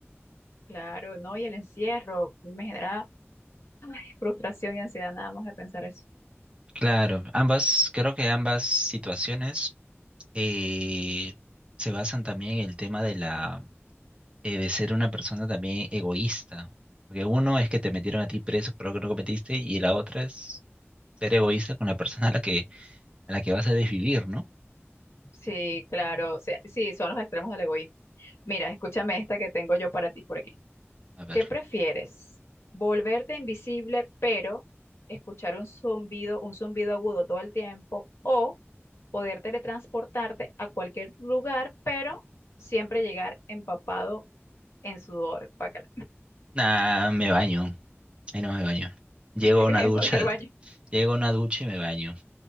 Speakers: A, on the left (about 70°); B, on the right (about 25°).
A: Claro, no, y el encierro me genera ay, frustración y ansiedad nada más de pensar eso.
B: Claro, ambas, creo que ambas situaciones eh, se basan también en el tema de la eh, de ser una persona también egoísta. Porque uno es que te metieron a ti preso por algo que no cometiste, y la otra es ser egoísta con la persona a la que, a la que vas a desvivir, ¿no?
A: Sí, claro, o sea, sí, son los extremos del egoísmo. Mira, escúchame esta que tengo yo para ti por aquí.
B: A ver.
A: ¿Qué prefieres? ¿Volverte invisible, pero escuchar un zumbido, un zumbido agudo todo el tiempo? ¿O poder teletransportarte a cualquier lugar, pero siempre llegar empapado en sudor, guácala,
B: Nah, me baño. Ahí no me baño.
A: <laughs>
B: Llego
A: en
B: a una ducha,
A: cualquier
B: <laughs>
A: baño,
B: llego a una ducha y me baño.